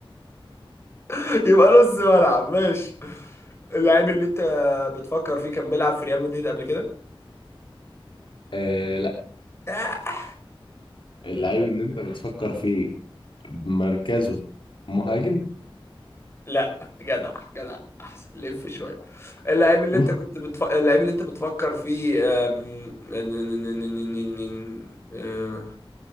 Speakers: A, on the left; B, on the left.
A: <laughs> يبقى نص ملعب ماشي اللاعب اللي انت بتفكر فيه كان بيلعب في ريال مدريد قبل كده
B: آه لا
A: آه،
B: اللعيب اللي انت بتفكر فيه مركزه مهاجم
A: لا جدع جدع احسن لف شويه اللعيب اللي
B: <laughs>
A: انت كنت بتف... اللعيب اللي انت بتفكر فيه أم، ن- ن- ن- ن- ن- ن- ن- أه،